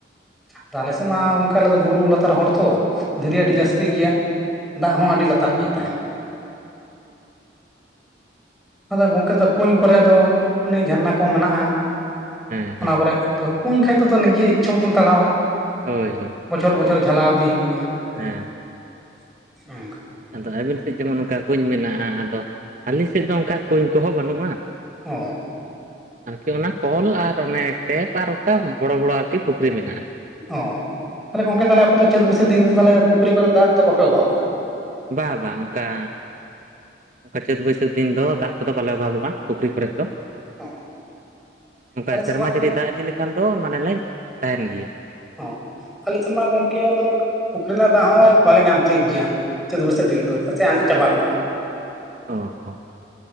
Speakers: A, in the centre; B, on the right.
A: ᱛᱟ ᱟᱞᱮ ᱥᱮᱜ ᱢᱟ ᱜᱚᱝᱠᱮ ᱟᱞᱮ ᱫᱚ ᱵᱩᱨᱩ ᱞᱟᱛᱟᱨ ᱦᱚᱲ ᱛᱚ ᱫᱷᱤᱨᱤ ᱟᱹᱰᱤ
B: ᱦᱮᱸ
A: ᱡᱟᱹᱥᱛᱤ ᱜᱮᱭᱟ ᱾ ᱫᱟᱜ ᱦᱚᱸ ᱟᱹᱰᱤ ᱞᱟᱛᱟᱨ ᱜᱮ ᱛᱟᱦᱮᱱ ᱾ ᱟᱫᱚ ᱜᱚᱝᱠᱮ ᱫᱚ ᱠᱩᱧ ᱠᱚᱨᱮ ᱫᱚ ᱩᱱᱤ ᱡᱷᱟᱨᱱᱟ ᱠᱚᱸ ᱢᱮᱱᱟᱜᱼᱟ ᱾
B: ᱦᱮᱸ
A: ᱚᱱᱟ ᱠᱚᱨᱮᱡ ᱫᱚ ᱠᱩᱧ ᱠᱷᱟᱡ ᱫᱚ ᱱᱤᱡᱤ ᱤᱪᱪᱷᱟᱹ ᱢᱚᱛᱚᱢ ᱛᱟᱲᱟᱣᱟ ᱾
B: ᱦᱳᱭ ᱦᱳᱭ ᱾
A: ᱵᱚᱪᱷᱚᱨ ᱵᱚᱪᱷᱚᱨ ᱡᱷᱟᱞᱟᱣ ᱤᱫᱤ ᱦᱩᱭᱩᱜ ᱠᱟᱱᱟ ᱾
B: ᱦᱮᱸ
A: <inaudible> ᱦᱩᱸ ᱾
B: ᱟᱫᱚ ᱟᱹᱵᱤᱱ ᱥᱮᱡ ᱡᱮᱢᱚᱱ ᱚᱝᱠᱟ ᱠᱩᱧ ᱢᱮᱱᱟᱜᱼᱟ ᱟᱫᱚ ᱟᱹᱞᱤᱧ ᱥᱮᱫ ᱫᱚ ᱚᱝᱠᱟ ᱠᱩᱧ ᱠᱚᱦᱚᱸ ᱵᱟᱱᱩᱜᱼᱟ ᱾
A: ᱚ᱾
B: ᱟᱨᱠᱤ ᱚᱱᱟ ᱠᱚᱞ ᱟᱨ ᱚᱱᱮ ᱴᱮᱯ ᱟᱨ ᱚᱠᱟ ᱵᱚᱲᱚ ᱵᱚᱲᱚ ᱟᱨᱠᱤ ᱯᱩᱠᱷᱨᱤ ᱢᱮᱱᱟᱜᱼᱟ ᱾
A: ᱚᱻ ᱛᱷᱟᱞᱮ ᱜᱚᱝᱠᱮ ᱛᱟᱞᱮ ᱟᱯᱮ ᱫᱚ ᱪᱟᱹᱛ ᱵᱟᱹᱥᱟᱹ ᱫᱤᱱ ᱫᱚ ᱛᱟᱞᱮ ᱯᱩᱠᱷᱨᱤ ᱠᱚᱨᱮ ᱫᱟᱜ ᱫᱚ ᱵᱟᱯᱮ ᱚᱵᱷᱟᱵ-ᱚᱜ
B: ᱵᱟ ᱵᱟ ᱚᱝᱠᱟ ᱚᱝᱠᱟ ᱪᱟᱹᱛ ᱵᱟᱹᱭᱥᱟᱹᱠ ᱫᱤᱱ ᱫᱚ ᱫᱟᱜ ᱠᱚᱫᱚ ᱵᱟᱞᱮ ᱚᱵᱷᱟᱵᱚᱜᱼᱟ ᱯᱩᱠᱷᱨᱤ ᱠᱚᱨᱮᱫ ᱫᱚ ᱾
A: ᱚ
B: ᱚᱱᱠᱟ
A: ᱟᱞᱮ
B: ᱥᱮᱨᱢᱟ
A: ᱥᱮᱫ ᱢᱟ
B: ᱡᱟᱹᱲᱤ ᱫᱟᱜ ᱤᱫᱤ ᱞᱮᱠᱷᱟᱱ ᱫᱚ ᱢᱟᱱᱮ ᱞᱮᱸᱡᱮᱨ ᱛᱟᱦᱮᱱ ᱜᱮᱭᱟ ᱾
A: ᱚ ᱟᱞᱮ ᱥᱮᱫ ᱢᱟ ᱜᱚᱢᱠᱮ ᱟᱫᱚ ᱯᱩᱠᱷᱨᱤ ᱨᱮᱱᱟᱜ ᱫᱟᱜ ᱦᱚᱸ ᱵᱟᱞᱮ ᱧᱟᱢ ᱛᱤᱭᱳᱜ ᱜᱮᱭᱟ᱾ ᱪᱟᱹᱛ ᱵᱟᱹᱭᱥᱟᱹᱠᱷ ᱫᱤᱱ ᱫᱚ ᱪᱮᱫᱟᱜ ᱥᱮ ᱟᱸᱡᱮᱫᱽ ᱪᱟᱵᱟ ᱜᱚᱫᱚᱜ-ᱟ᱾
B: ᱚ ᱚ